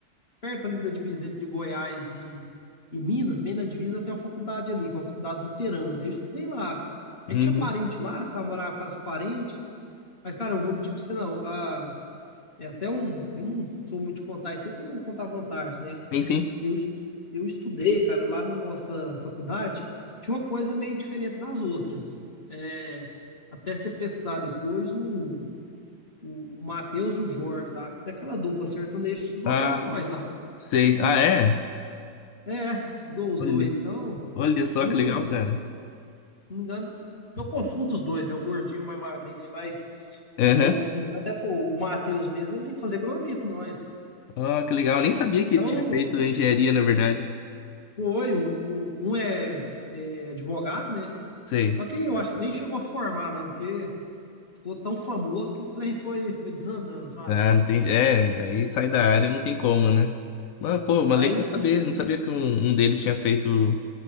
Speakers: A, on the left (about 30°); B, on the left (about 70°).
A: perto ali da divisa entre Goiás e, e Minas, bem na divisa tem uma faculdade ali, que é uma faculdade luterana. Eu estudei lá.
B: Uhum.
A: Aí tinha parente lá, sabe? Morava com os parentes. Mas, cara, eu vou mentir pra você, não. Ah, é até um. Eu não sou muito de contar isso aí, mas eu não vou contar vantagem, né?
B: Sim, sim.
A: eu, estu- eu estudei, cara, lá na nossa faculdade, tinha uma coisa meio diferente das outras. É, até você pesquisar depois, o, o, o Matheus e o Jorge, da, daquela dupla sertaneja, estudou
B: Ah,
A: lá com nós lá.
B: sei. Ah, é?
A: É, estudou os
B: Olha.
A: dois. Então,
B: Olha só
A: o,
B: que legal, cara.
A: se não me engano, eu confundo os dois, né? O gordinho e o mais magrinho, né? Mas,
B: Aham.
A: o, se não me engano, era o, o Matheus mesmo, ele fazia agronomia com nós.
B: Ó, que legal. Eu nem sabia que ele
A: Então,
B: tinha feito engenharia, na verdade.
A: foi, o, o- um é, é advogado, né?
B: Sei.
A: Só que eu acho que nem chegou a formar, não, porque ficou tão famoso que o trem foi, foi desandando, sabe?
B: Ah, não tem... É, aí sai da área, não tem como, né? Mas, pô, mas
A: Mas,
B: legal
A: assim,
B: saber. Não sabia que um, um deles tinha feito